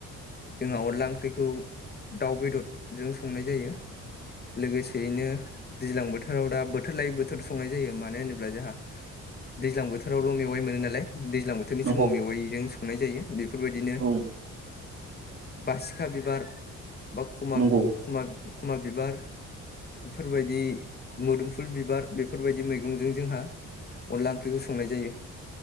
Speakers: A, on the left (about 30°); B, on the right (about 45°).
A: जोंहा अनला ओंख्रिखौ दाउ बेदरजों संनाय जायो लोगोसे बेदिनो दैज्लां बोथोराव दा बोथोर लायै बोथोर संनाय जायो मानो होनोब्ला जाहा दैज्लां बोथोरावल' मेवाइ मोनो नालाय, दैज्लां बोथोरनि
B: नंगौ
A: समाव मेवाइजों नाय जायो बेफोरबायदिनो
B: औ
A: बासिखा बिबार बा खमा-खमा-खमाबिबार
B: नंगौ
A: बेफोरबायदि मोदोमफुल बिबार बेफोरबायदि मैगंजों जोंहा अनला ओंख्रिखौ संनाय जायो।